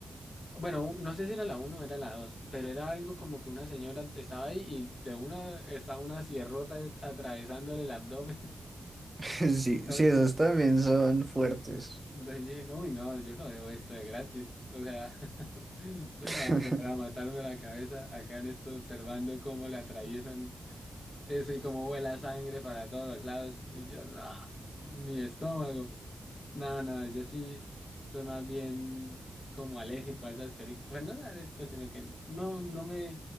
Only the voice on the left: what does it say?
Bueno, u- no sé si era la uno, o era la 2, pero era algo como que una señora estaba ahí y de una estaba una sierrota atravesándole el abdomen.
<laughs> Entonces,
entonces yo dije, no, y no, yo no veo esto de gratis. O sea, <laughs> yo
no voy a poner a matarme la cabeza acá en esto observando cómo le atraviesan eso y cómo vuela sangre para todos los lados. Y yo, no, mi estómago. No, no, yo sí soy más bien como alérgico a esas películas. Bueno, no alérgico, sino que no, no me,